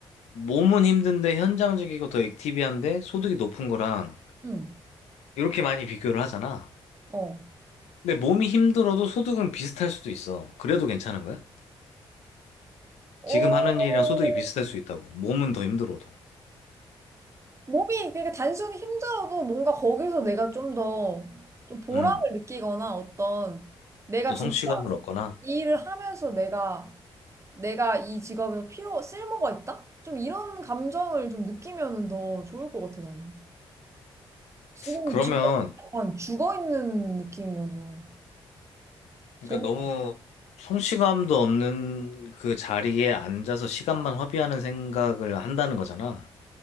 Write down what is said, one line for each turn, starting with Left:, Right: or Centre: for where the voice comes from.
Left: 몸은 힘든데 현장직이고 더 액티비한데 소득이 높은 거랑
Right: 응,
Left: 이렇게 많이 비교를 하잖아.
Right: 어.
Left: 근데 몸이 힘들어도 소득은 비슷할 수도 있어. 그래도 괜찮은 거야?
Right: 어,
Left: 지금 하는 일이랑 소득이 비슷할 수 있다고. 몸은 더 힘들어도.
Right: 몸이, 그러니까 단순히 힘들어도 뭔가 거기서 내가 좀 더, 좀 보람을
Left: 음.
Right: 느끼거나 어떤, 내가
Left: 어떤
Right: 진짜
Left: 성취감을 얻거나.
Right: 이 일을 하면서 내가 내가 이 직업에서 필요 쓸모가 있다? 좀 이런 감정을 좀 느끼면은 더 좋을 것 같아 나는. 지금
Left: 그러면
Right: 지금 약간 죽어 있는 느낌이어서
Left: 그러니까
Right: 재미.
Left: 너무 성취감도 없는 그 자리에 앉아서 시간만 허비하는 생각을 한다는 거잖아.